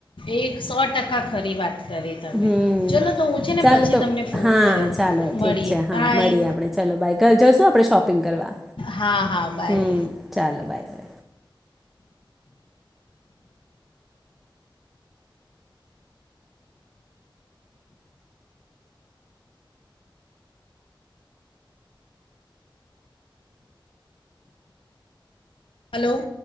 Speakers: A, on the left (about 70°); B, in the centre.
A: એક સો ટકા ખરી વાત. કરી તમે
B: હમ
A: ચલો તો હું છે ને
B: ચાલો
A: પછી
B: તો
A: તમને ફોન
B: હા
A: કર્યો
B: ચાલો
A: હા ને
B: ઠીક
A: મળીએ
B: છે, હા
A: બાય
B: મળીએ આપણે ચાલો બાય જઈશું આપણે શોપિંગ કરવા
A: હા હા બાય
B: હમ્મ ચાલો ‌ બાય.
A: હલો.